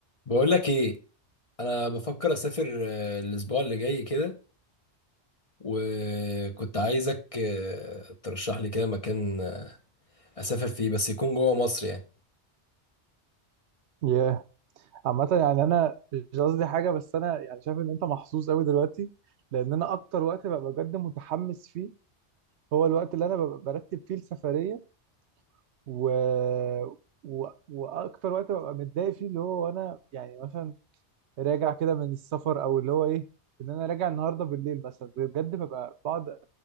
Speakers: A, on the left (about 30°); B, on the right (about 70°).
A: بقول لك ايه انا بفكر اسافر آه، الاسبوع اللي جاي كده وكنت عايزك آه، ترشح لي كده مكان آه، اسافر فيه بس يكون جوه مصر يعني
B: ياه عامة يعني أنا مش قصدي حاجة بس أنا يعني شايف إن أنت محظوظ أوي دلوقتي لأن أنا أكتر وقت ببقى بجد متحمس فيه هو الوقت اللي أنا ببقى برتب فيه السفرية و... و... وأكتر وقت ببقى متضايق فيه اللي هو وأنا يعني مثلا راجع كده من السفر أو اللي هو إيه إن أنا راجع النهاردة بالليل مثلا بجد ببقى بقعد